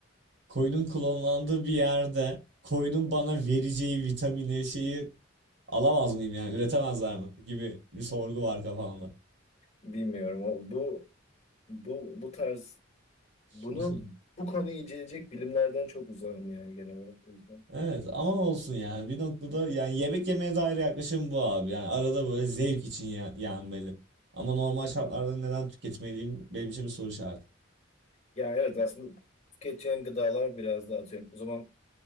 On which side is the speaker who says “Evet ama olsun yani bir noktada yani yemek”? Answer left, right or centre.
Right